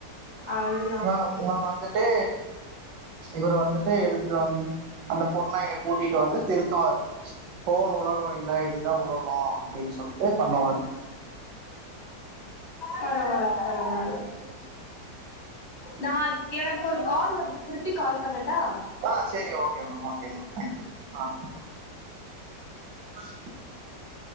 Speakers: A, on the left; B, on the right.
A: அதுதா
B: ஆனா இவே வந்துட்டு இவரு வந்துட்டு எடுத்துட் வந் அந்த பொண்ணய கூட்டிட்டு வந்து திருத்துவாரு ஃபோனு உலகோ இல்ல இதுதா உலகோ அப்டின் சொல்லிட்டு பண்ணுவாரு
A: பரவால்ல பரவால்ல
B: ம்
A: நா எனக்கு ஒரு கால் வருது திருப்பி கால் பண்ணட்டா
B: ஆ சேரி okay ma'am okay ma'am thank you அ <inaudible>